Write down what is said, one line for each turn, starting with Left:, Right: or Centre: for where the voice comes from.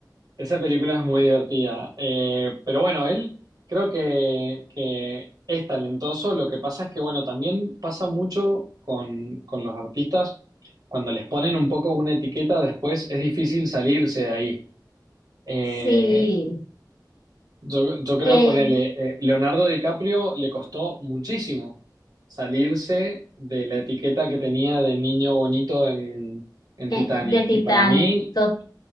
Right: Esa película es muy divertida. Eh, pero bueno, él creo que, que es talentoso. Lo que pasa es que, bueno, también pasa mucho con, con los artistas. Cuando les ponen un poco una etiqueta, después es difícil salirse de ahí. Eh,
Left: Sí.
Right: yo, yo creo
Left: Eh.
Right: ponerle, Leonardo DiCaprio le costó muchísimo salirse de la etiqueta que tenía de niño bonito en, en
Left: eh,
Right: Titanic.
Left: de Titanic.
Right: Y para mí,
Left: To-